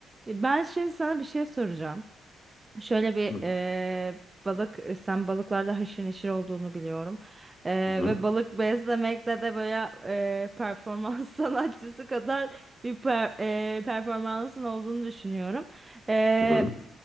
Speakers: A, on the right; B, on the left.
A: E, Ben şimdi sana bir şey soracağım. Şöyle bir
B: Hı hı
A: e, balık, e, sen balıklarda haşır neşir olduğunu biliyorum. E,
B: hı
A: ve balık beslemekte de böyle e, performans <laughs> sanatçısı kadar bir per- e, performansın olduğunu düşünüyorum. E,
B: hı hı